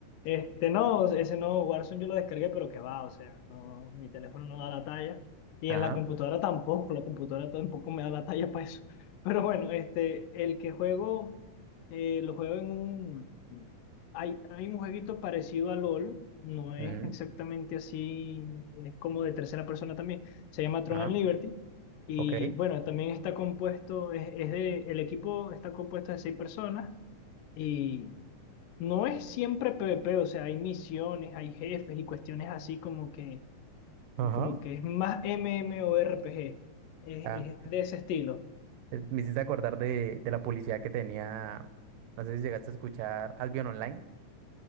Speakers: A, on the left (about 85°); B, on the right (about 85°).
A: Este, no, ese no, Warzone yo lo descargué, pero que va, o sea, no, mi teléfono no da la talla. Y
B: ajá,
A: en la computadora tampoco, la computadora tampoco me da la talla para eso. <laughs> Pero bueno, este, el que juego, eh, lo juego en un... Hay, hay un jueguito parecido a LOL, no es
B: ujú,
A: exactamente así, es como de tercera persona también, se llama Tron
B: ajá,
A: and Liberty. Y
B: ok.
A: bueno, también está compuesto, es, es de, el equipo está compuesto de seis personas. Y no es siempre PvP, o sea, hay misiones, hay jefes y cuestiones así como que,
B: Ajá.
A: como que es más MMORPG, es,
B: Ah,
A: es de ese estilo.
B: eh, me hiciste acordar de, de la publicidad que tenía, no sé si llegaste a escuchar Albion Online.